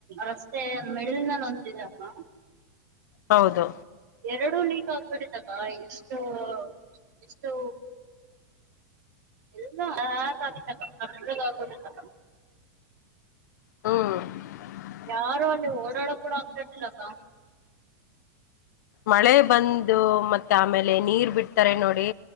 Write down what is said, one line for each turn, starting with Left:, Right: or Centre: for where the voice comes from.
Right: ರಸ್ತೆ ಮಿಡಿಲ್ ನಲ್ಲಿ ಒಂದಿದೆ ಅಕ್ಕ
Left: ಹೌದು
Right: ಎರಡು ಲೀಕ್ ಆಗ್ಬಿಟ್ಟತಕ್ಕ ಎಷ್ಟು ಎಷ್ಟು ಎಲ್ಲ <unintelligible> ತಕ
Left: ಹ್ಮ್
Right: ಯಾರು ಅಲ್ಲಿ ಓಡಾಡಕ್ ಕೂಡ ಆಗ್ತಾ ಇರ್ಲಿಲ ಅಕ್ಕ
Left: ಮಳೆ ಬಂದು ಮತ್ತೆ ಆಮೇಲೆ ನೀರ್ ಬಿಡ್ತಾರೆ ನೋಡಿ